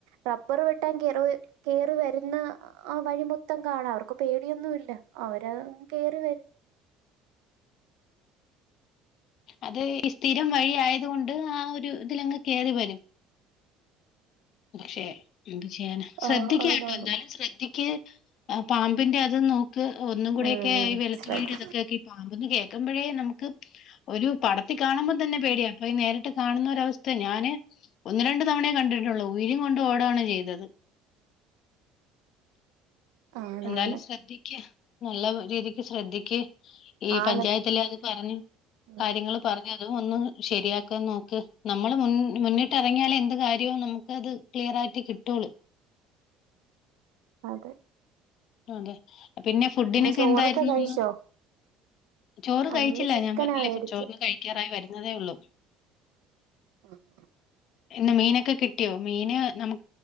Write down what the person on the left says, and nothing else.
അത് ഈ സ്ഥിരം വഴി ആയത് കൊണ്ട് ആ ഒരു ഇതിലങ് കേറി വരും. പക്ഷെ എന്ത് ചെയ്യാന ശ്രദ്ധിക്ക്ട്ടോ
എന്താലും ശ്രദ്ധിക്ക്. <unintelligible> പാമ്പിന്റെ അത് നോ ക്ക് ഒന്നും കൂടെക്കെ
വെള്ത്തുള്ളിടെ
ഇതൊക്കെക്കി പാമ്പന്ന് കേക്കു ക്കുമ്പഴേ നമുക്ക് ഒരു പടത്തി കാണുമ്പം തന്നെ പേടിയ പ്പൊ ഈ നേരിട്ട് കാണുന്നൊരവസ്ഥേ. ഞാന് ഒന്ന് രണ്ട് തവണയേ കണ്ടിട്ടുള്ളൂ. <unintelligible> കൊണ്ട് ഓ താണ് ചെയ്തത്.
എന്നാലും ശ്രദ്ധിക്ക. നല്ല രീതിക്ക് ശ്രദ്ധിക്ക്. ഈ
പഞ്ചായത്തില് അത് പറഞ്ഞു
കാര്യങ്ങള് പറ അതും ഒന്ന് ശരിയാക്കാ നോക്ക് നമ്മള് മുൻ മുന്നിട്ടിറങ്ങിയാലെ എന്ത് കാര്യവും നമുക്ക് അത് ക്ലിയർ ആയിട്ട് കിട്ടൊള്ളു.
അതെ. പിന്നെ ഫുഡിനൊക്കെ
എന്തായിരുന്നു
ഇന്ന്? ചോറ്
കഴിച്ചില്ല
ഞാൻ പറഞ്ഞില്ലേ
ചോറ് കഴിക്കാറായി വരു ന്നതേ ഉള്ളു.
ഇന്ന് മീനക്കെ കിട്ടിയോ? മീന് നമു